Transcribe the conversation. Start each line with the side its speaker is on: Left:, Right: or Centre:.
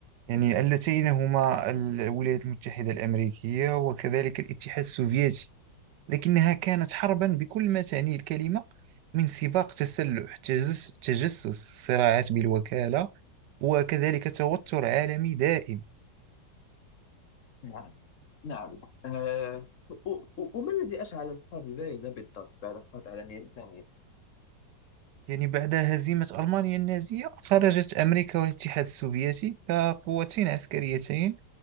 Right: يعني اللتين هما الولايات المتحدة الأمريكية وكذلك الاتحاد السوفيتي لكنها كانت حربا بكل ما تعنيه الكلمة من سباق تسلح تجس- تجسس صراعات بالوكالة وكذلك توتر عالمي دائم
Left: نعم نعم أه و- و- وما الذي أشعل الحرب الباردة بالضبط بعد الحرب العالمية الثانية
Right: يعني بعد هزيمة ألمانيا النازية خرجت أمريكا والاتحاد السوفيتي كقوتين عسكريتين